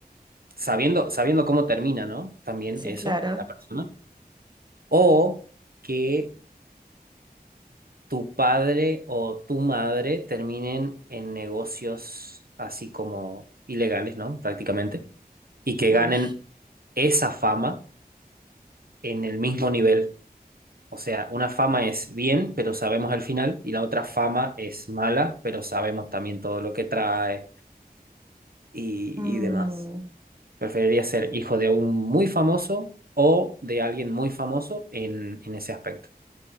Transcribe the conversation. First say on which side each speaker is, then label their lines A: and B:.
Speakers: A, on the right; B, on the right.
A: sabiendo, sabiendo cómo termina, ¿no? También
B: sí,
A: eso,
B: claro.
A: la persona, o que tu padre o tu madre terminen en negocios así como ilegales, ¿no? Prácticamente, y que
B: Uy.
A: ganen esa fama en el mismo nivel. O sea, una fama es bien, pero sabemos el final, y la otra fama es mala, pero sabemos también todo lo que trae y,
B: Mm,
A: y demás. Preferiría ser hijo de un muy famoso o de alguien muy famoso en, en ese aspecto.